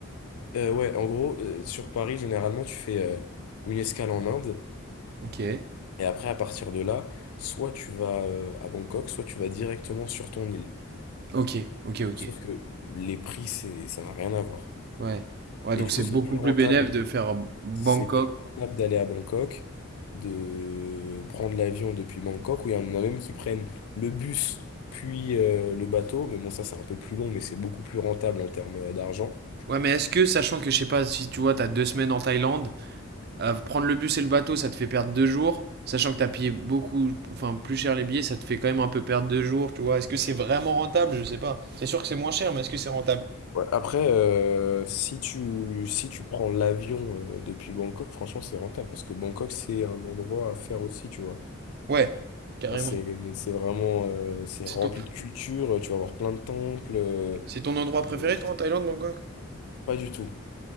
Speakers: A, on the left (about 80°); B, on the right (about 45°).
A: Euh, ouais, en gros, euh, sur Paris, généralement, tu fais euh, une escale en Inde.
B: Ok,
A: Et après, à partir de là, soit tu vas euh, à Bangkok, soit tu vas directement sur ton île.
B: ok, ok, ok.
A: Sauf que les prix, c'est, ça n'a rien à voir.
B: Ouais. Ouais,
A: Et
B: donc
A: du
B: c'est
A: coup, c'est
B: beaucoup
A: plus
B: plus
A: rentable.
B: bénéf de faire Bangkok.
A: C'est plus rentable d'aller à Bangkok, de prendre l'avion depuis Bangkok, où il y en a même qui prennent le bus, puis euh, le bateau. Mais bon, ça, c'est un peu plus long, mais c'est beaucoup plus rentable en termes euh, d'argent.
B: Ouais, mais est-ce que, sachant que, je sais pas, si tu vois, t'as deux semaines en Thaïlande, Euh, prendre le bus et le bateau, ça te fait perdre deux jours. Sachant que t'as payé beaucoup, enfin plus cher les billets, ça te fait quand même un peu perdre deux jours, tu vois. Est-ce que c'est vraiment rentable? Je sais pas. C'est sûr que c'est moins cher, mais est-ce que c'est rentable?
A: Ouais, après, euh, si tu, si tu prends l'avion euh, depuis Bangkok, franchement, c'est rentable parce que Bangkok, c'est un endroit à faire aussi, tu vois.
B: Ouais, carrément.
A: Enfin, c'est, c'est vraiment, euh, c'est
B: C'est
A: rempli
B: ton,
A: de culture, tu vas voir plein de temples. euh,
B: c'est ton endroit
A: mais
B: préféré, toi, en Thaïlande, Bangkok?
A: pas du tout.